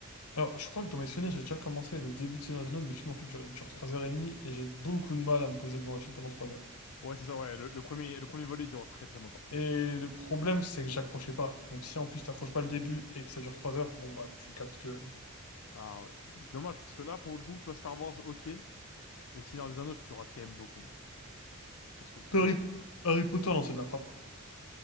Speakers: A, on the left (about 80°); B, on the left (about 70°).
A: Alors, je crois que dans mes souvenirs, j'ai déjà commencé le début de Seigneur des Anneaux, mais le film en fait dure, dure 3h30 et j'ai beaucoup de mal à me poser devant un film pendant 3 heures.
B: Ouais, c'est ça, ouais. Le, le premier, le premier volet dure très très longtemps.
A: Et le problème, c'est que j'accrochais pas. Donc, si en plus t'accroches pas le début et que ça dure 3 heures, bon bah, tu captes que.
B: Ah ouais. C'est dommage parce que là, pour le coup, tu vois, Star Wars, ok. Mais Seigneur des Anneaux, tu rates quand même beaucoup. Parce que putain,
A: Harry, Harry Potter, non, c'est de la frappe.